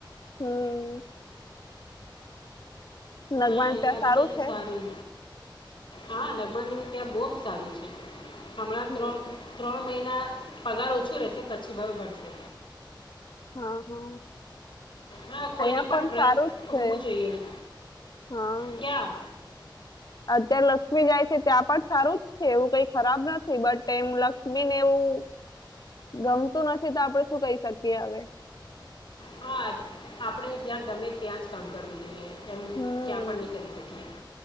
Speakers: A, on the left; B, on the left.
A: હમ નગમાને
B: હા
A: ત્યાં
B: લાગી જાય તો
A: છે
B: સારું. હા નગમાનું ત્યાં બહુ સારું છે. હમણાં
A: હમ
B: ત્રણ ત્રણ મહિના પગાર ઓછું રહેશે પછી ભાવ બળશે.
A: હા હા
B: હા કોઈને
A: અહિયાં પણ
B: ટ્રસ્ટ
A: સારું જ છે.
B: હોવું જોઈએ ને
A: હા
B: ક્યાં
A: અત્યારે લક્ષ્મી જાય છે ત્યાં પણ સારું જ છે એવું કઈ ખરાબ નથ બટ એમ લક્ષ્મીને એવું ગમતું નથી તો આપણે શું કહી શકીએ હવે.
B: હા આપડે જ્યાં ગમે ત્યાં જ કામ કરવું જોઈએ. એમ
A: હમ
B: ક્યાં પણ નહી કરી શકે.